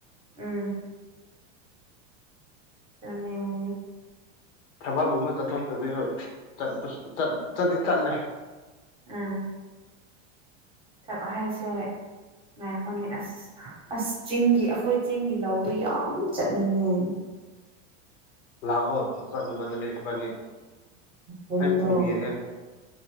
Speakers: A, on the right; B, on the left.
A: ꯎꯝ <unintelligible>
B: ꯊꯕꯛꯒꯨꯝꯕ ꯆꯠꯊꯣꯛꯇ꯭ꯔꯗꯤ ꯍꯣꯏ ꯆꯠꯄ ꯆꯠꯇꯤ ꯆꯠꯂꯦ
A: ꯑꯝ <unintelligible> ꯍꯥꯏꯁꯦ ꯥꯉꯥꯏꯈꯣꯅꯦ ꯑꯁ ꯑꯁ ꯆꯤꯡꯒꯤ ꯑꯩꯈꯣꯏ ꯆꯤꯡꯒꯤ ꯂꯧꯗꯨ ꯌꯥꯝꯅ ꯆꯠꯅꯤꯡꯉꯦ
B: ꯂꯥꯛꯑꯣ ꯆꯠꯅꯕ ꯑꯗꯨꯗꯤ ꯏꯕꯅꯤ
A: ꯒꯥꯔꯤꯗꯣ
B: ꯑꯩ ꯄꯨꯕꯤꯔꯒꯦ